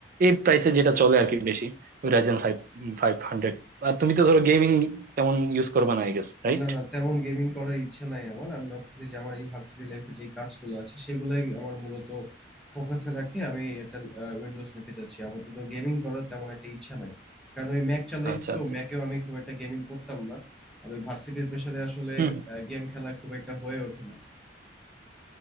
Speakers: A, on the right; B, in the centre.
A: এই প্রাইসে যেটা চলে আর কি বেশি ওই রাইজেন ফাইভ ফাইভ হান্ড্রেড আর তুমি তো ধরো গেমিং তেমন ইউজ করবে না আই গেস রাইট
B: না না তেমন গেমিং করার ইচ্ছা নাই আমার আমি ভাবতেছি যে আমার এই ভার্সিটি লাইফে যে কাজগুলো আছে সেগুলাই আমার মূলত ফোকাসে রাখে আমি একটা উইন্ডোজ নিতে চাচ্ছি আপাতত গেমিং করার তেমন একটা ইচ্ছা নাই কারণ ওই ম্যাক চালাইছি
A: আচ্ছা
B: তো
A: আচ্ছা
B: ম্যাকেও আমি খুব একটা গেমিং করতাম না আর ওই ভার্সিটির প্রেসারে আসলে
A: হুম
B: গেম খেলা খুব একটা হয়ে ওঠে না